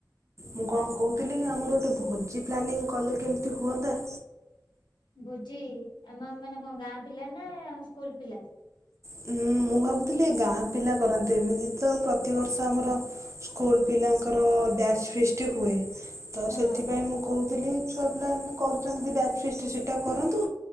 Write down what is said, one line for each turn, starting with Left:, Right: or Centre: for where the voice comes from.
Right: ମୁଁ କଣ କହୁଥିଲିକି ଆମର ଗୋଟେ ଭୋଜି ପ୍ଲାନିଂ କଲେ କେମିତି ହୁଅନ୍ତା?
Left: ଭୋଜି ଆମ ମାନେ କଁ ଗାଁ ପିଲାନା ଆମ ସ୍କୁଲ୍ ପିଲା?
Right: ହୁଁ ମୁଁ ଭାବୁଥିଲି ଗାଁ ପିଲା କରନ୍ତେ ଏମିତି ତ ପ୍ରତିବର୍ଷ ଆମର ସ୍କୁଲ୍ ପିଲାଙ୍କର ବ୍ୟାଚ୍ ଫିଷ୍ଟ ହୁଏ। ତ
Left: ହଁ
Right: ସେଥିପାଇଁ ମୁଁ କହୁଥିଲି ଛୁଆ ପିଲା ଏମିତି କରୁଚନ୍ତି ବ୍ୟାଚ୍ ଫିଷ୍ଟ ସେଟା କରନ୍ତୁ।